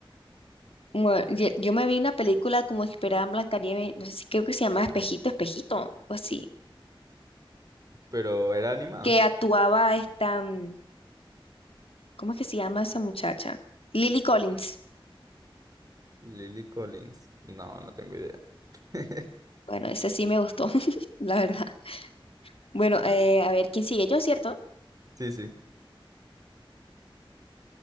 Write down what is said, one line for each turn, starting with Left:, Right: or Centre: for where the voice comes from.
Left: Bueno, ye- Yo me vi una película como inspirada en Blancanieves, no sé si creo que se llama Espejito, Espejito, o así,
Right: pero era animada.
Left: que actuaba esta, mm, ¿cómo es que se llama esa muchacha? Lily Collins.
Right: Lily Collins, no, no tengo idea. <laughs>
Left: Bueno, ese sí me gustó, <laughs> la verdad. Bueno, eh, a ver, ¿quién sigue? Yo, ¿cierto?
Right: Sí, sí.